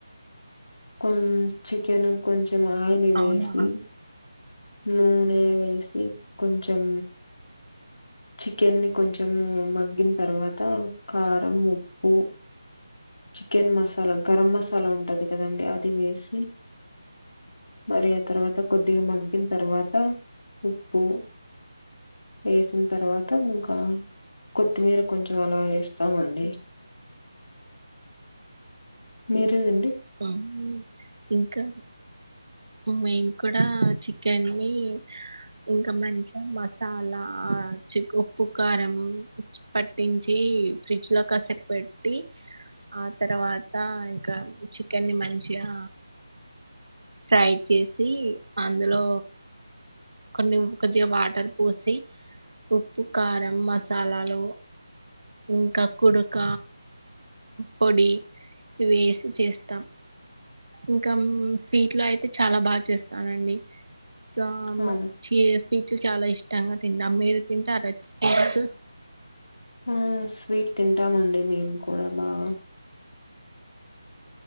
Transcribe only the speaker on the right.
అవునా
ఆ ఇంకా ఉమ్ మేము కూడా చికెన్ని ఇంకా మంచిగ మసాలా చి ఉప్పు కారం పట్టించి ఫ్రిడ్జ్ లో కాసేప్ పెట్టి ఆ తర్వాత ఇంకా చికెన్ని మంచిగా ఫ్రై చేసి అందులో కొన్ని కొద్దిగా వాటర్ పోసి ఉప్పు కారం మసాలాలు ఇంకా కుడుక పొడి ఇవేసి చేస్త తమ్ ఇంకా స్వీట్ లో అయితే చాలా బాగా చేస్తానండి చ
స్వీట్లు చాలా ఇష్టంగా తింటా మీరు తింటే రచ్చ స్వీట్స్